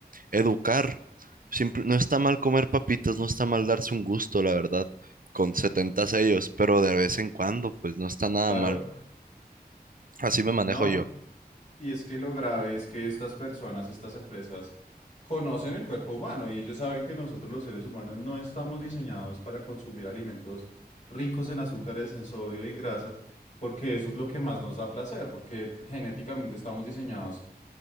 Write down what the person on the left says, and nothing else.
claro,
no,
Y es que lo grave es que estas personas, estas empresas, conocen el cuerpo humano y ellos saben que nosotros los seres humanos no estamos diseñados para consumir alimentos ricos en azúcares, en sodio y en grasas, porque eso es lo que más nos da placer, porque genéticamente estamos diseñados